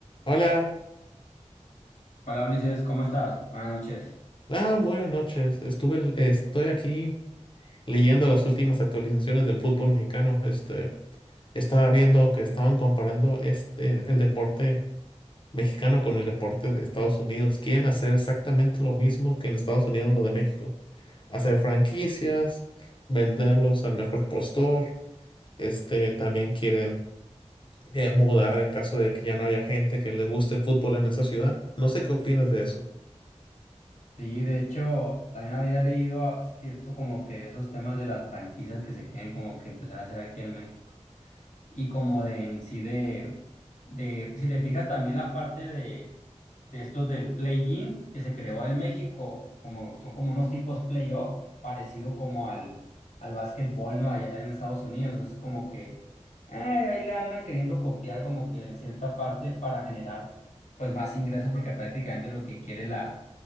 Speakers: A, on the left (about 45°); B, on the left (about 90°).
A: Hola,
B: Hola Ulises, ¿cómo estás? Buenas noches.
A: ah, buenas noches. Estuve, l- estoy aquí leyendo las últimas actualizaciones del fútbol mexicano. Este, estaba viendo que estaban comparando este, el deporte mexicano con el deporte de Estados Unidos. Quieren hacer exactamente lo mismo que en Estados Unidos lo de México. Hacer franquicias, venderlos al mejor postor. Este, también quieren eh, mudar en caso de que ya no haya gente que le guste el fútbol en esa ciudad. No sé qué opinas de eso.
B: Sí, de hecho, también había leído, ah, cierto, como que esos temas de las franquicias que se quieren como que empezar a hacer aquí en México. y como de en sí de, de si te fijas también la parte de, de estos del play-in que se creó en México, como son como unos tipos playoff parecido como al, al básquetbol, ¿no? Allá en Estados Unidos, es como que eh, ahí le andan queriendo copiar como que cierta parte para generar pues más ingresos porque prácticamente lo que quiere la